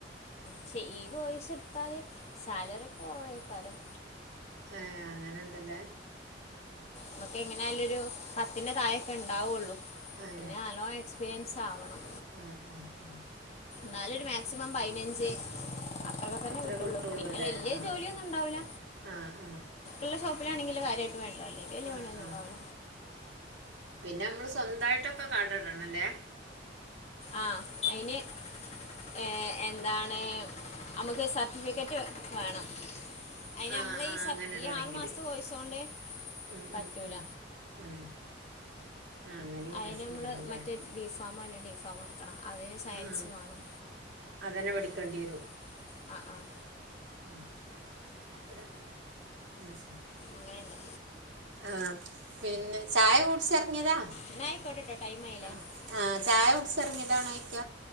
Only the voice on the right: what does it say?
ങേ. അങ്ങനണ്ട്ലെ.
ഏ
ആ ആ ആ
ശരി
അത്ര
അല്ലേ
ആ
ആ ആ
ആ ആ
ആ ആ പിന്നെ മ്മള് സ്വന്തമായിട്ടൊക്കെ കട ടണംല്ലേ?
ആ ആ
അങ്ങനെ ഇടണെങ്കില്
ഉം
ഉം ഉം ഉം. ആ അങ്ങനെയും
പ്രശ്നമാണല്ലേ
ആ
അതന്നെ പഠിക്കേണ്ടി
വരും
<unintelligible>
ആ പിന്നെ ചായ കുടിച്ചിറങ്ങിയതാ
ആ
ആ ചായകുട്ച്ചെർങ്ങിയതാണൊയ്ക്ക